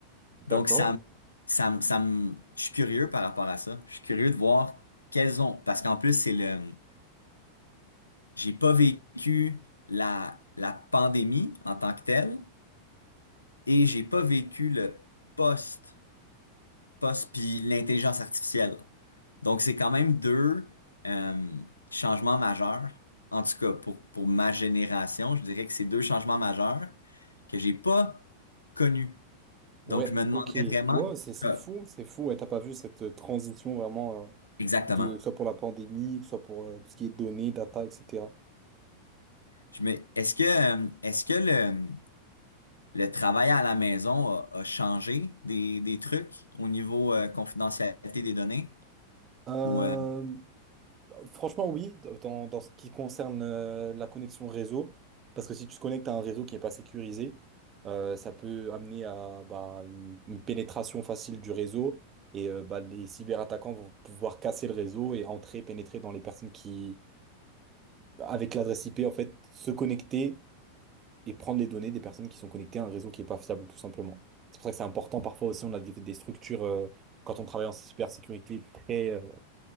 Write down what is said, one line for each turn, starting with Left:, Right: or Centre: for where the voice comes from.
Right: D'accord.
Left: Donc ça me- ça me- ça me je suis curieux par rapport à ça. Je suis curieux de voir quelles ont parce qu'en plus c'est le j'ai pas vécu la la pandémie en tant que telle. et j'ai pas vécu le post, post puis l'intelligence artificielle. Donc c'est quand même deux euh, changements majeurs. En tout cas, pour, pour ma génération, je dirais que c'est deux changements majeurs que j'ai pas connus. Donc
Right: Ouais,
Left: je me demanderais
Right: ok.
Left: vraiment
Right: Wow, c'est c'est
Left: Ok. euh,
Right: fou, c'est fou. Ouais, t'as pas vu cette euh, transition vraiment, euh,
Left: exactement.
Right: de, que ce soit pour la pandémie, que ce soit pour euh, tout ce qui est données, data, etc.
Left: Je me, est-ce que euh, est-ce que le, le travail à la maison a, a changé des, des trucs au niveau euh, confidentialité des données?
Right: Euh,
Left: Ou euh,
Right: Franchement, oui, dans, dans ce qui concerne euh, la connexion réseau, parce que si tu te connectes à un réseau qui n'est pas sécurisé, euh, ça peut amener à bah, une, une pénétration facile du réseau et euh, bah, les cyberattaquants vont pouvoir casser le réseau et entrer, pénétrer dans les personnes qui, avec l'adresse IP, en fait, se connecter et prendre les données des personnes qui sont connectées à un réseau qui n'est pas fiable, tout simplement. C'est pour ça que c'est important parfois aussi, on a des, des structures, euh, quand on travaille en cybersécurité, très, euh,